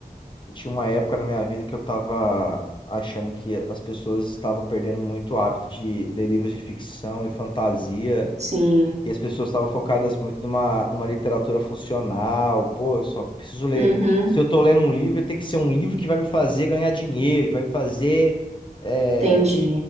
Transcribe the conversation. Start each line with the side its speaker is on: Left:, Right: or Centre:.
Left: tinha uma época na minha vida que eu tava achando que as pessoas estavam perdendo muito o hábito de ler livros de ficção e fantasia,
Right: Sim.
Left: e as pessoas estavam focadas muito numa, numa literatura funcional. Pô, eu só preciso ler.
Right: Uhum.
Left: Se eu tô lendo um livro, tem que ser um livro que vai me fazer ganhar dinheiro, que vai me fazer. eh,
Right: Entendi.